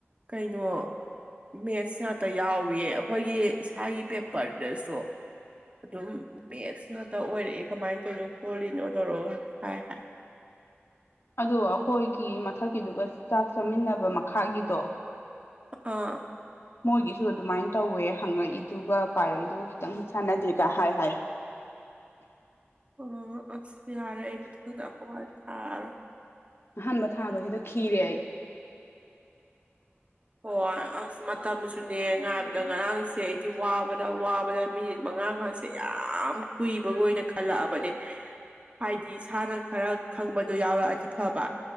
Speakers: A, on the right; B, on the left.
A: ꯀꯩꯅꯣ ꯃꯦꯠꯁ ꯉꯥꯛꯇ ꯌꯥꯎꯏ ꯑꯈꯣꯏꯒꯤ ꯏꯁꯥꯒꯤ ꯄꯦꯄꯔꯗꯁꯨ ꯑꯗꯨꯝ ꯃꯦꯠꯁ ꯉꯥꯛꯇ ꯑꯣꯏꯔꯛꯑꯦ ꯀꯃꯥꯏꯟ ꯇꯧꯏꯅꯣ ꯈꯣꯠꯂꯤꯅꯣ ꯇꯧꯔꯒ ꯍꯥꯏ ꯍꯥꯏ
B: ꯑꯗꯣ ꯑꯈꯣꯏꯒꯤ ꯃꯊꯛꯀꯤꯗꯨꯒ ꯆꯥꯛ ꯆꯥꯃꯤꯟꯅꯕ ꯃꯈꯥꯒꯤꯗꯣ
A: ꯑꯥ
B: ꯃꯣꯏꯒꯤꯁꯨ ꯑꯗꯨꯃꯥꯏꯟ ꯇꯧꯋꯦ ꯍꯪꯉꯛꯏꯗꯨꯒ ꯄꯥꯔꯛꯏꯗꯨꯒ ꯈꯤꯇꯪ ꯆꯥꯟꯅꯗꯦꯒ ꯍꯥꯏ ꯍꯥꯏ
A: ꯎꯝ ꯑꯁ ꯌꯥꯔꯦ ꯑꯩ ꯃꯊꯪꯗ ꯑꯃꯨꯛ ꯍꯟ ꯊꯥꯔꯣꯏ
B: ꯑꯍꯥꯟꯕ ꯊꯥꯕꯒꯤꯗ ꯈꯤꯔꯦ ꯑꯩ
A: ꯍꯣꯏ ꯑꯁ ꯃꯇꯝꯁꯨꯅꯦ ꯉꯥꯏꯕꯗ ꯉꯔꯥꯡꯁ ꯁꯦ ꯑꯩꯗꯤ ꯋꯥꯕꯅ ꯋꯥꯕꯅ ꯃꯤꯅꯤꯠ ꯃꯉꯥꯜ ꯒꯁ <unintelligible> ꯌꯥꯝ ꯀꯨꯏꯕꯒ ꯑꯣꯏꯅ ꯈꯜꯂꯑꯕꯅꯦ ꯍꯥꯏꯗꯤ ꯏꯁꯥꯅ ꯈꯔ ꯈꯪꯕꯗꯣ ꯌꯥꯎꯔꯛꯑꯗꯤ ꯐꯕ